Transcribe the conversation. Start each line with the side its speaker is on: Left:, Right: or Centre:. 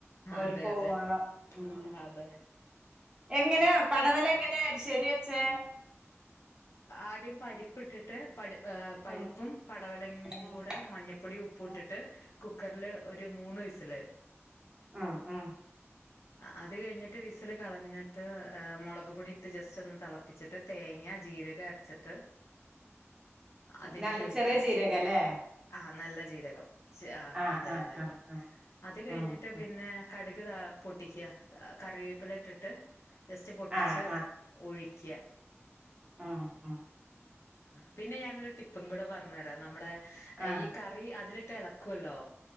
Right: ഓര്
Left: അതെ
Right: പോവോളം
Left: അതെ
Right: ഉം
Left: അതെ
Right: എങ്ങനെ പടവല എങ്ങനെയ എരിശ്ശേരി വെച്ചേ
Left: ആദ്യം പരിപ്പിട്ടിട്ട് പടി പരിപ്പും
Right: ഉം
Left: പടവലങ്ങയും
Right: ഉം
Left: കൂടെ മഞ്ഞൾപ്പൊടിയും ഉപ്പുട്ടിട്ട്
Right: ഉം
Left: കുക്കറില് ഒരു മൂന്ന് വിസില്
Right: ആ ആഹ്
Left: അത് കഴിഞ്ഞിട്ട് വിസിൽ കളഞ്ഞിട്ട് മുളക് പൊടി ഇട്ട് ജസ്റ്റ് ഒന്ന് തിളപ്പിച്ചിട്ട് തേങ്ങ ജീരക അരച്ചിട്ട് അതിലേക്ക്
Right: നല്ല
Left: ഒഴിക്കുക
Right: ചെറിയ ചീരക അല്ലേ
Left: ആ നല്ല ജീരകം ആ
Right: ആഹ്
Left: അതെ
Right: ആഹ്
Left: അതെ
Right: ആഹ്
Left: അതെ
Right: ആഹ്
Left: അത് കഴിഞ്ഞിട്ട്
Right: ഉം ഉം
Left: പിന്നെ കടുക് താ പൊട്ടിക്കുക കറിവേപ്പില ഇട്ടിട്ട് ജസ്റ്റ് പൊട്ടിച്ച്
Right: ആഹ്
Left: ഒഴിക്കുക
Right: ആഹ് ആഹ്
Left: പിന്നെ ഞാനൊരു ടിപ്പും കൂടെ പറഞ്ഞു തരാം നമ്മുടെ
Right: ആഹ്
Left: ഈ ക റി അതിലിട്ട് ഇളക്കുവല്ലോ